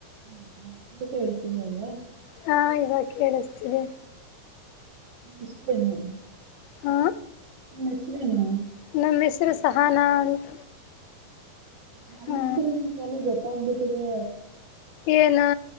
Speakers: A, on the right (about 60°); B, on the left (about 90°).
A: ಹ್ಮಂತ ಕೇಳತಿದ ಅಲ್ಲ
B: ಹಾ ಇವಾಗ ಕೇಳುಸ್ತಿದೇ
A: ಹ್ಮೇ <inaudible>
B: ಹ್ಮ
A: ನಿಮ್ ಹೆಸರೇನು
B: ನಮ್ಮ್ ಹೆಸರು ಸಹಾನ ಅಂತ
A: ನನ್ನಸರು
B: ಹಾ
A: ನಿಮ್ಗೆಲ್ಲ ಗೊತ್ತಾಗಬಿಟ್ಟಿದೆ
B: ಏನು